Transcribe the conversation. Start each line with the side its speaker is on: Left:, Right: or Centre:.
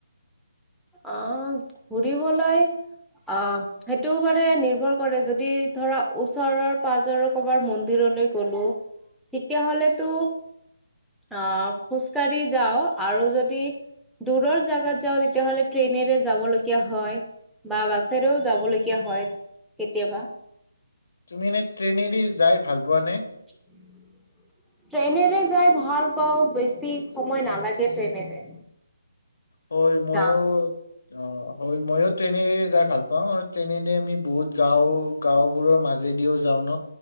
Centre: আহ ঘূৰিবলৈ অ সেইটোও মানে নিৰ্ভৰ কৰে যদি ধৰা ওচৰৰ পাজৰৰ কৰবাৰ মন্দিৰলৈ গ'লো তেতিয়া হ'লেতো অ খোজকাঢ়ি যাওঁ আৰু যদি দূৰৰ জাগাত যাওঁ তেতিয়াহ'লে ট্ৰেইনেৰে যাব লগীয়া হয়, বা বাছেৰেও যাব লগীয়া হয় কেতিয়াবা।
Left: তুমি এনে ট্ৰেইনেদি যাই ভাল পোৱা নে?
Centre: <inaudible> ট্ৰেইনেৰে যাই ভাল পাও, বেছি সময় নালাগে ট্ৰেইনেৰে।
Left: হয় মইও,
Centre: যাওঁ।
Left: অ হয় মইও ট্ৰেইনেৰে যাই ভাল পাওঁ আৰু ট্ৰেইনেৰে আমি বহুত গাওঁ গাওঁবোৰৰ মাজেদিও যাওঁ ন